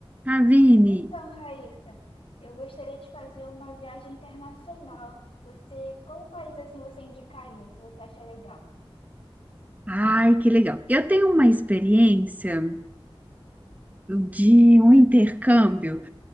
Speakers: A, on the right; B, on the left.
A: Ravine,
B: Então, Raíssa, eu gostaria de fazer uma viagem internacional. Você, qual país assim você indicaria que você acha legal?
A: ai, que legal. Eu tenho uma experiência de um intercâmbio